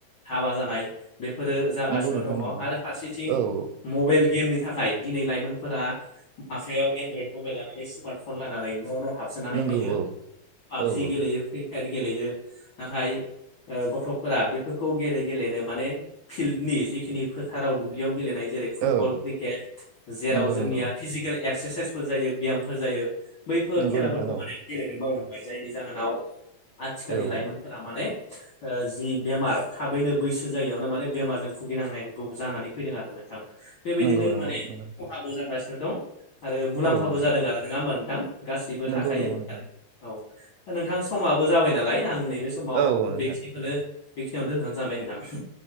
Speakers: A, on the left; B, on the right.
A: हाबा जानाय बेफोरो जागासिनो
B: नंगौ नोंथां
A: दङ
B: नंगौ
A: आरो फारसेथिं
B: औ औ
A: मबाइल गेमनि थाखाय दिनै लाइमोनफोरा आखाइयाव एनड्रयड मबाइल लानानै स्मार्ट फन लानानै न न हाबसोनानै
B: नंगौ
A: थायो
B: औ
A: पाबजि
B: औ औ
A: गेलेयो फ्रि फायार गेलेयो नाथाय ओ गथफोरा बेफोरखौ गेले गेलेनो माने फिल्डनि जिखिनि फोथाराव दुब्लियाव गेलेनाय जेरै फुटबल
B: औ
A: क्रिकेट जेराव
B: नंगौ
A: जोंनिया
B: नंगौ
A: फिजिकेल एक्सारसाइसफोर जायो बेयामफोर जायो। बैफोर
B: नंगौ
A: खेलाफोरखौ
B: नोंथां औ
A: माने गेलेनो बावलांबाय जायनि जाहोनाव आथिखालनि
B: औ औ
A: लाइमोनफोरा माने ओ जि बेमार थाबैनो बैसो जायियावनो माने बेमारजों भुगिनांनांगौ जानानै फैदों आरो मान बेबायदिनो
B: नंगौ नंगौ
A: माने
B: नंगौ
A: जागासिनो दं आरो मुलाम्फाबो
B: औ नोंथां
A: जादों आरो नङा होमबा नोंथां? गासिबो
B: नंगौ
A: थाखायो
B: नंगौ नोंथां
A: आरो औ नोंथां समाबो जाबाय नालाय आं नैबे समाव
B: औ औ नोंथां
A: बेखिनिखौनो बेखिनिआवनो दोनथनो सानबाय नोंथां।